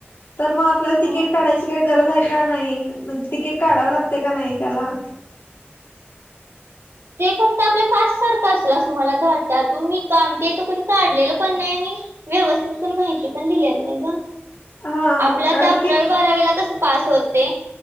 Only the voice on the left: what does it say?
तर मग आपल्याला तिकीट
काढाय काही गरज आहे का नाही म्हणजे तिकीट काढाव लागते का नाही त्याला
हा
कारण
की